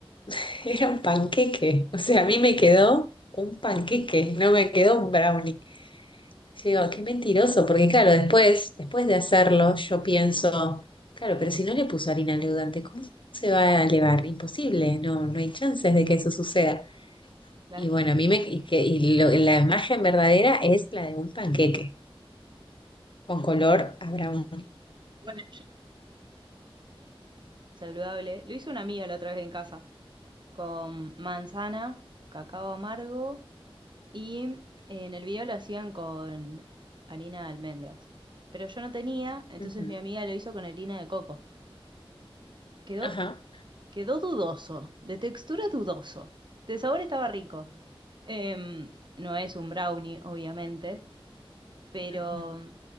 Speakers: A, on the left; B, on the right.
A: <laughs> Era un panqueque. O sea, a mí me quedó un panqueque, no me quedó un brownie. Sí, digo, qué mentiroso, porque claro, después, después de hacerlo, yo pienso, claro, pero si no le puso harina al leudante, ¿cómo se va a elevar? Imposible, no, no hay chances de que eso suceda.
B: claro,
A: Y bueno, a mí me, y que, y lo- la imagen verdadera es la de un panqueque, con color a brown.
B: bueno, yo- saludable. Lo hizo una amiga la otra vez en casa, con manzana, cacao amargo y en el video lo hacían con harina de almendras. Pero yo no tenía, entonces
A: Ujú.
B: mi amiga lo hizo con harina de coco. Quedó
A: Ajá.
B: Quedó dudoso, de textura dudoso. De sabor estaba rico. Em, no es un brownie, obviamente, pero
A: Ajá.
B: mm,